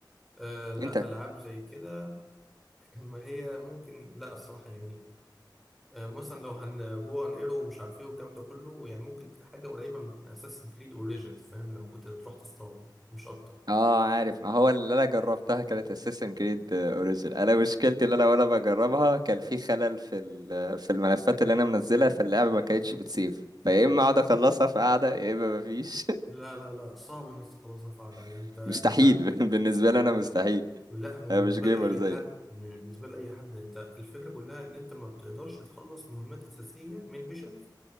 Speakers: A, in the centre; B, on the right (about 60°).
A: آه لا
B: انت
A: العاب زي كده <laughs> ما هي ممكن لا الصراحه يعني آه مثلا لو هنبو ان ايرو ومش عارف ايه والكلام ده كله يعني ممكن حاجه قريبه من اساسن كريد اوريجينز فاهم لما كنت تروح تصطاد مش اكتر
B: اه عارف ما هو اللي انا جربتها كانت اساسن كريد اوريجين انا مشكلتي اللي انا وانا بجربها كان في خلل في ال- في الملفات اللي انا منزلها فاللعبه ما كانتش بتسيف فيا اما اقعد اخلصها في قعده يا اما ما فيش
A: لا لا لا صعب انك تخلصها فعلا ده
B: <laughs>
A: انت انت
B: مستحيل <laughs> بالنسبه لي انا مستحيل
A: لا هو
B: انا
A: بالنسبه
B: مش جيمر
A: لاي
B: زيك
A: حد بالنسبه لاي حد انت الفكره كلها ان انت ما بتقدرش تخلص مهمات اساسيه من ميشن